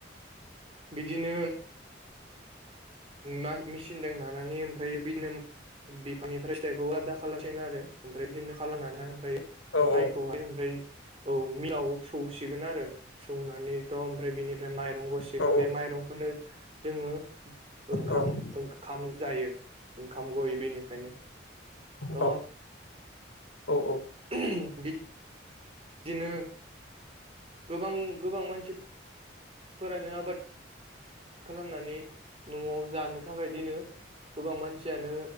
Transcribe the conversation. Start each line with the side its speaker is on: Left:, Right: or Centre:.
Right: बिदिनो मा मिसिनदों नानानै ओमफ्राय बिनो बिफांनिफ्राय फिथाइखौ आदा खालामसिगोन आरो ओमफ्राय बिदिनो खालामनानैहाय ओमफ्रायो
Left: औ
Right: माइखौहाय
Left: औ
Right: ओमफ्राय औ मिलाव सौसिगोन आरो सौनानैथ' आमफ्राय बेनिफ्राय माइ गसिं
Left: औ
Right: बे माइरंखौनो जोङो। ओंखाम
Left: औ
Right: ओंखाम जायो ओंखाम गयै बेनिफ्रायनो
Left: औ
Right: अ
Left: औ औ
Right: उम बिदिनो गोबां गोबां मानसिफोरानो आबाद खालामनानै नआव जानो। थाखाय दिनो गोबां मानसियानो